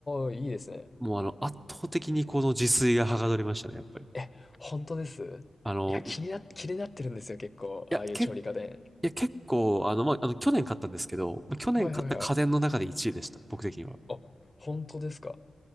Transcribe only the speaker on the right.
もうあの、圧倒的にこの自炊がはかどりましたね、やっぱり。
あの、
い
や、
け、いや、結構、あの、まあ、あの、去年買ったんですけど、去年買った家電の中で1位でした、
僕的には。